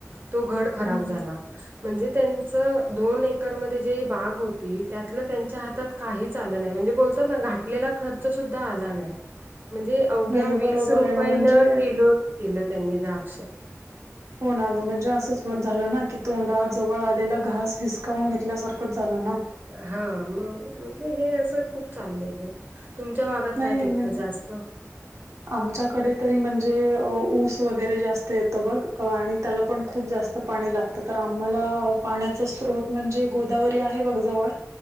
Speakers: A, on the right; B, on the right.
A: तो घड खराब
B: हं
A: झाला
B: हं
A: म्हणजे त्यांच दोन एकर मध्ये ते जे बाग होती त्यातल त्यांच्या हातात काहीच आल नाही म्हणजे बोलतो न घातलेल खर्च सुद्धा आला नाही म्हणजे अवघ्या
B: नाही
A: वीस
B: बरोबर
A: रुपयेन
B: आहे ना म्हणजे
A: किलो दिलं त्यांनी द्राक्ष
B: <inaudible> हो ना गं म्हणजे असंच झालं ना की तोंडा जवळ आलेलं घास हिसकावून घेतल्यासारखंच झालं ना
A: हा मग म्हणजे हे असं खूप चाललंय ग तुमच्या भागात
B: नाही
A: काय पिकतं
B: म्हणजे
A: जास्त
B: आमच्याकडे तरी म्हणजे ऊस वगैरे जास्त येतो बघ आणि त्याला पण खूप जास्त पाणी लागत तर आम्हाला पाण्याचा स्रोत म्हणजे गोदावरी आहे बघ जवळ